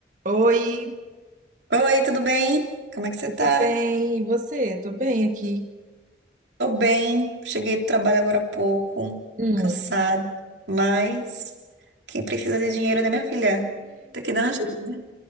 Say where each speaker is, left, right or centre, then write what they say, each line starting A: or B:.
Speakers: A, on the right; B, on the right.
A: Oi,
B: Oi, tudo bem? Como é que você
A: tudo
B: tá?
A: bem? E você? Tô bem aqui.
B: Tô bem, cheguei do trabalho agora há pouco,
A: Hum.
B: cansada, mas quem precisa de dinheiro, né, minha filha? Tem que dar um jeito, né?